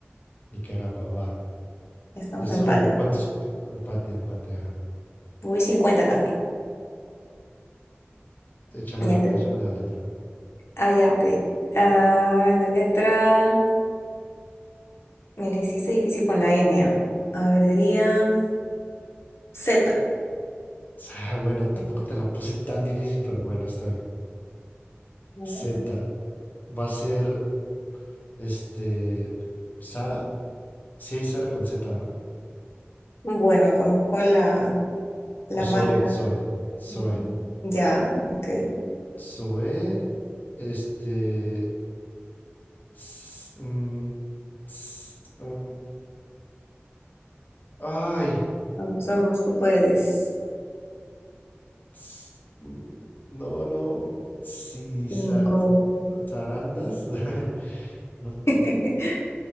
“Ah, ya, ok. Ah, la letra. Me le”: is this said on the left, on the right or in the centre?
Left